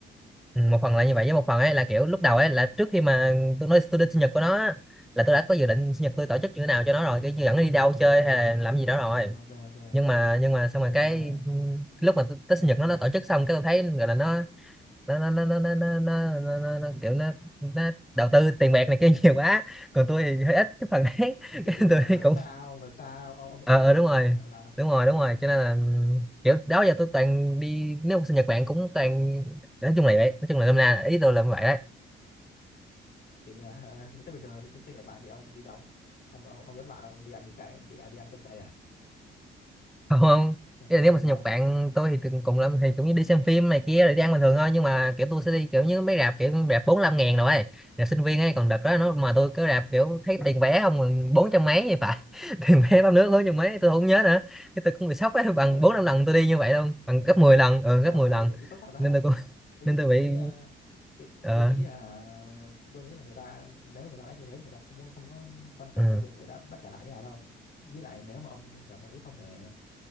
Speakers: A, in the centre; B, on the left (about 50°).
A: Ừ, một phần là như vậy với một phần ấy là kiểu lúc đầu ấy là trước khi mà tôi nói tôi đi sinh nhật của nó á, là tôi đã có dự định sinh nhật tôi tổ chức như thế nào cho nó rồi cái dẫn nó đi đâu chơi hay là làm gì đó rồi
B: ok ok
A: nhưng mà nhưng mà xong
B: ok
A: rồi cái
B: ok
A: ừ, lúc mà Tết
B: xong
A: sinh
B: rồi
A: nhật
B: sao
A: nó nó tổ chức xong cái tôi thấy gọi là nó nó nó nó nó nó, nó, nó, nó, nó, nó kiểu nó, nó đầu tư tiền bạc này kia <laughs> nhiều quá còn tôi thì hơi ít cái phần đấy <laughs>
B: kiểu,
A: cái
B: kiểu như
A: tôi
B: là vượt
A: thấy cũng
B: xa ông vượt xa ông ông,
A: ờ
B: ông tưởng
A: ờ,
B: tượng
A: đúng
B: luôn
A: rồi
B: hả là
A: đúng rồi đúng rồi cho nên là ừ, kiểu đó giờ tôi toàn đi nếu mà sinh nhật bạn cũng toàn nói chung là vậy nói chung là năm nay ý tôi là vậy đấy
B: kiểu như là ờ, thế bình thường sinh sinh nhật bạn thì ông đi đâu ông ông, ông dẫn bạn ông đi ăn mì cái đi, à, đi ăn cơm cháy à
A: không không
B: hay,
A: Ý
B: hay,
A: là nếu
B: hay
A: mà
B: đi
A: sinh
B: đâu
A: nhật bạn tôi thì từng cùng lắm thì cũng như đi xem phim này kia rồi đi ăn bình thường thôi nhưng mà kiểu tôi sẽ đi kiểu như mấy rạp kiểu rạp bốn năm ngàn rồi ấy. rạp sinh viên ấy còn đợt đó nó mà tôi cứ rạp kiểu thấy tiền vé không còn bốn trăm mấy thì phải <laughs> tiền vé bắp nước bốn trăm mấy tôi không nhớ nữa cái tôi cũng bị sốc ấy bằng
B: ừ.
A: bốn năm lần tôi đi như vậy luôn bằng gấp 10 lần ừ, gấp
B: à,
A: 10 lần
B: bị sốc thật đó
A: nên
B: hả
A: tôi cũng <laughs>
B: thế
A: nên
B: thì tôi
A: tôi bị
B: nghĩ ờ, cái,
A: ờ
B: tôi nghĩ là tôi, tôi nghĩ là người ta nếu mà người ta đã như thế thì người ta không có- không có quan trọng
A: ừ.
B: công việc phải đáp đáp trả lại nhà đâu với lại nếu mà ông cảm thấy không thể